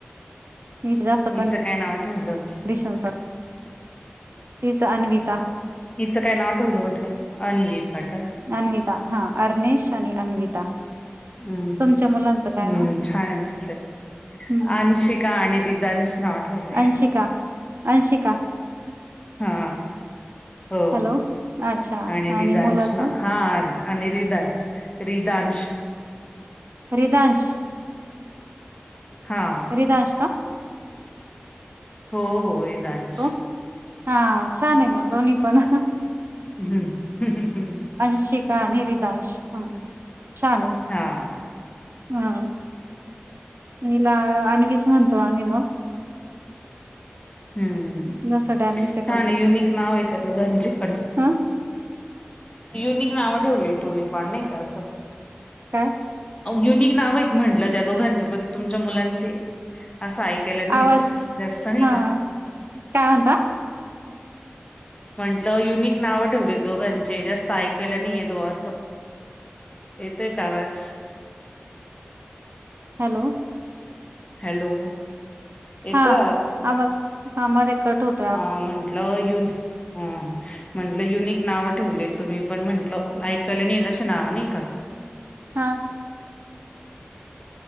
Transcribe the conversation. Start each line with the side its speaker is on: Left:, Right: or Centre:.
Right: नि, जा, सकण
Left: हिचं काय नाव ठेवलं
Right: <inaudible> <unintelligible> तिच अन्विता.
Left: हिचं काय नाव ठेवलं म्हंटलं अन्विता का्.
Right: अन्विता हा अर्नेश आणि अन्विता,
Left: हम्म
Right: तुमच्या मुलांचं काय
Left: हम्म छान मस्त
Right: नाव
Left: अंशिका आणि तिज अंश नाव ठवले.
Right: अंशिका अंशिका
Left: हा हो
Right: हॅलो अच्छा
Left: आणि तीज
Right: मुलाच
Left: अंश हा.. आणि रिदान रिदांश
Right: रिदांश
Left: हा
Right: रीदांशा का
Left: हो हो रिदांश
Right: हो हा छान आहे मग दोन्ही पण,
Left: हम्म ह <inaudible>
Right: अंशिका आणि रिदाश ह छान आहे.
Left: हा
Right: हा हीला आणन्वीच म्हणतो आम्ही पण,
Left: हम्म
Right: जसं डॅमबीस
Left: छान
Right: आहे पण ती
Left: युनिक नाव हाय त्या दोघाची पण,
Right: ह
Left: युनिक नाव ठेवलं तुम्ही पण नाही का असं,
Right: काय
Left: युनिक नाव आहेत म्हटलं त्या दोघांचे पण तुमच्या मुलांचे. असं ऐकायला नाही
Right: आवाज
Left: येत जास्त नाही
Right: हा
Left: का.
Right: काय म्हणला.
Left: म्हंटलं युनिक नाव ठेवले दोघांचे जास्त एकायला नाही येत वा असं, येतय का आवाज?
Right: हॅलो!
Left: हॅलो! येतोय
Right: हा आवाज, आ मध्ये कट होतो.
Left: अ म्हंटलं युनी हं म्हंटलं युनिक नाव ठेवलीत तुम्ही पण म्हंटलं ऐकालं नाही अशी नावं नाही.
Right: हा